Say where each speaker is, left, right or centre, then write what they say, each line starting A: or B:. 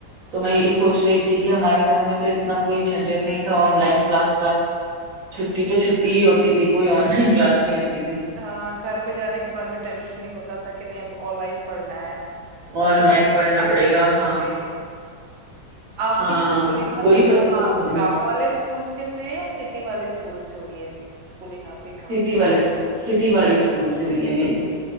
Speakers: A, on the right (about 55°); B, on the right (about 80°).
A: तो मैं यही सोच रही थी कि हमारे समय में तो इतना कोई झंझट नहीं था ऑनलाइन क्लास का छुट्टी तो छुट्टी ही होती थी कोई ऑनलाइन क्लास नहीं होती थी
B: हाँ घर पे जाने के बाद भी टेंशन नहीं होता था कि नहीं अब ऑनलाइन पढ़ना है बस
A: ऑनलाइन
B: छुट्टी
A: पढ़ना
B: हो गई तो
A: पड़ेगा
B: छुट्टी
A: हाँ
B: हो गई तो आपकी
A: हाँ
B: स्कूलिंग मतलब
A: वही सबसे
B: कहाँ
A: अच्छा दिन
B: गांव वाले स्कूल से हुई है या सिटी वाले स्कूल से हुई है स्कूलिंग आपकी कहाँ
A: सिटी
B: से हुई
A: वाले स्कूल सिटी वाले स्कूल से हुई है मेरी